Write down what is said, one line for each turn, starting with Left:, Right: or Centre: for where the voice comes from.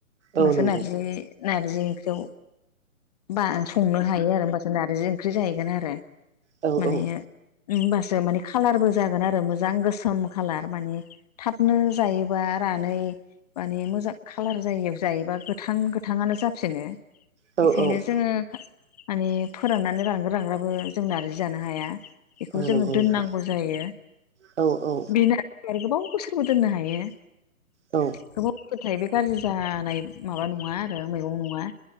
Left: ओमबासो
Right: औ नंगौ
Left: नारजि नारजि ओंख्रियाव बा संनो हायो आरो ओमबा सो नारजि ओंख्रि जाहैगोन आरो
Right: औ
Left: माने
Right: औ
Left: ओमबासो माने खालारबो जागोन आरो मोजां गोसोम खाालार माने थाबनो जायोबा रानै माने मोजां खालार जायियाव जायोबा गोथां गोथाङानो जाफिनो।
Right: औ
Left: बेखायनो
Right: औ
Left: जोङो माने फोराननानै रानग्रो रानग्राबो जों नारजि जानो हाया। बेखौ
Right: औ
Left: जोङो
Right: नंगौ नोंथां
Left: दोननांगौ जायो
Right: औ औ
Left: बे ना आरो गोबां बोसोरबो दोननो हायो।
Right: औ
Left: गोबाव रूबाथाय बे गाज्रि जानाय माबा नङा आरो मैगं नङा